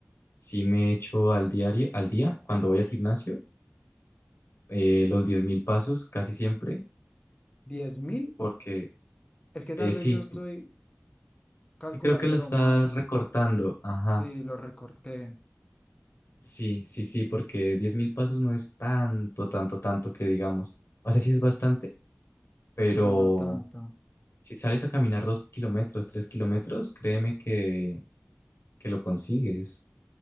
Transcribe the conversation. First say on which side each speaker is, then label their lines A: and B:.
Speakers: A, on the left (about 65°); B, on the left (about 25°).
A: Sí me echo al diario, al día, cuando voy al gimnasio, eh, los 10.000 pasos casi siempre,
B: ¿Diez mil?
A: porque
B: Es que tal
A: eh,
B: vez
A: sí,
B: yo estoy calculándolo
A: y creo que lo estás
B: mal.
A: recortando, ajá.
B: Sí, lo recorté,
A: Sí, sí, sí, porque 10.000 pasos no es tanto, tanto, tanto que digamos. O sea, sí es bastante, pero
B: pero no tanto.
A: si sales a caminar dos kilómetros, tres kilómetros, créeme que, que lo consigues.